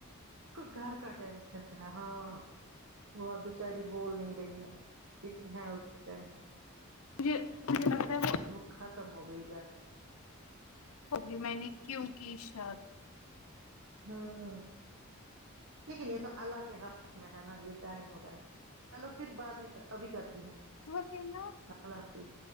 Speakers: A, on the right; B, on the left.
A: اس کو گھر کا ٹینشن ہے ہاں وہ آپ بیچاری بول نہیں رہی ہے لیکن ہے اس کو ٹینشن
B: یہ مجھے لگتا ہے
A: وہ ختم ہو گئی ہے
B: اب بھی میں نے کیوں کی شاد
A: ہاں لیکن یہ تو اللہ کے حق میں ہے نا یہ ٹائم ہوتا ہے چلو پھر بعد میں ابھی کرتی ہوں
B: ہو گئے نا
A: اللہ حافظ